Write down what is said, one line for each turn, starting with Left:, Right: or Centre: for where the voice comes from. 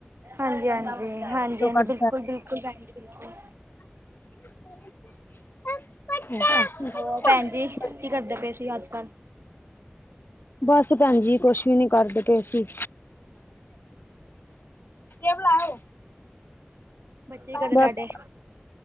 Right: ਹਾਂਜੀ, ਹਾਂਜੀ, ਹਾਂਜੀ,
Left: ਉਸ ਤੋਂ
Right: ਹਾਂਜੀ
Left: ਘੱਟ
Right: ਬਿਲਕੁਲ ਬਿਲਕੁਲ ਬਿਲਕੁਲ।
Left: ਹ <unintelligible>
Right: ਹੋਰ ਭੈਣ ਜੀ ਕੀ ਕਰਦੇ ਪਏ ਸੀ ਅੱਜ- ਕੱਲ੍ਹ
Left: ਬਸ ਭੈਣਜੀ ਕੁਛ ਵੀ ਨੀ ਕਰਦੇ ਪਏ ਸੀ। ਇਹ ਬਲਲਾ ਹੈ <inaudible>
Right: ਬੱਚੇ ਕੀ ਕਰਦੇ
Left: ਬਸ
Right: ਤਾਡੇ